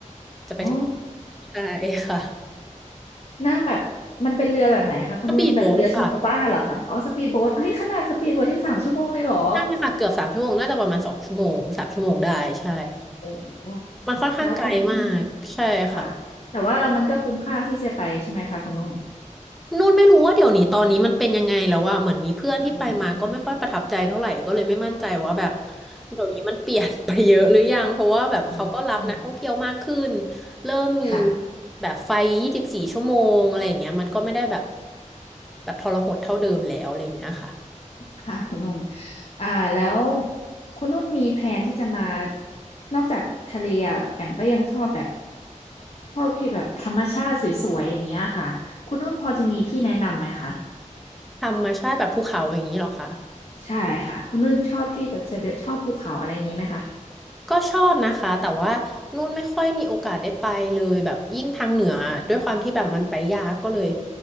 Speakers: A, in the centre; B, on the left.
A: จะไปถึง
B: อ๋อ
A: ใช่ค่ะ
B: นั่งแบบมันเป็นเรือแบบไหนคะคุณนุ่นแบบเรือชาวบ้านเหรอคะอ๋อสปีดโบ๊ทเฮ้ยขนาดสปีดโบ๊ทยังสามชั่วโมงเลยเหรอ
A: ก็ปีดโบ๊ทค่ะใช่ค่ะเกือบสามชั่วโมงน่าจะประมาณสองชั่วโมงสามชั่วโมงได้ใช่
B: โอ้
A: มันค่อนข้างไกลมากใช่ค่ะ
B: แล้วคุณนุ่นค่ะแต่ว่ามันก็คุ้มค่าที่จะไปใช่ไหมคะคุณนุ่น
A: นู่นไม่รู้ว่าเดี๋ยวนี้ตอนนี้มันเป็นยังไงแล้วว่าเหมือนมีเพื่อนที่ไปมาก็ไม่ค่อยประทับใจเท่าไหร่ก็เลยไม่มั่นใจว่าแบบ
B: อืมอืม
A: เดี๋ยวนี้มันเปลี่ยน <laughs> ไปเยอะหรือยังเพราะว่าแบบเขาก็รับนักท่องเที่ยวมากขึ้น
B: อืมอืม
A: เริ่มมี
B: ค่ะ
A: แบบไฟยี่สิบสี่ชั่วโมงอะไรอย่างเงี้ยมันก็ไม่ได้แบบแบบทรหดเท่าเดิมแล้วอะไรอย่างเงี้ยค่ะ
B: ค่ะคุณนุ่นอ่าแล้วคุณนุ่นมีแผนที่จะมานอกจากทะเลอะแอมก็ยังชอบแบบ พวกที่แบบธรรมชาติสวยๆอย่างเงี้ยค่ะคุณนุ่นพอจะมีที่แนะนำไหมคะ
A: ธรรมชาติแบบภูเขาอย่างนี้เหรอคะ
B: ใช่ค่ะคุณนุ่นชอบที่แบบจะเดินชอบภูเขาอะไรอย่างงี้ไหมคะ
A: ก็ชอบนะคะแต่ว่านุ่นไม่ค่อยมีโอกาสได้ไปเลยแบบยิ่งทางเหนือด้วยความที่แบบมันไปยากก็เลย
B: อืม